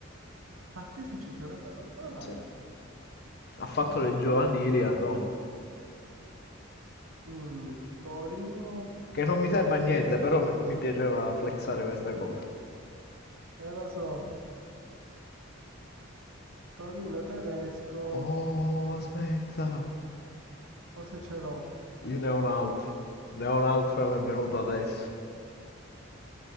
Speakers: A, on the right; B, on the left.
A: Frattesi ci ho giocato a Roma.
B: Sì.
A: Ah,
B: Ha fatto
A: ok.
B: le giovanili a Roma.
A: Mm, Torino.
B: Che non mi serve a niente,
A: Eh,
B: però mi piaceva flexare questa cosa.
A: eh, lo so. Torino tedesco.
B: Oh, aspetta,
A: Forse ce l'ho.
B: io ne ho un altro. Ne ho un altro che mi è venuto adesso.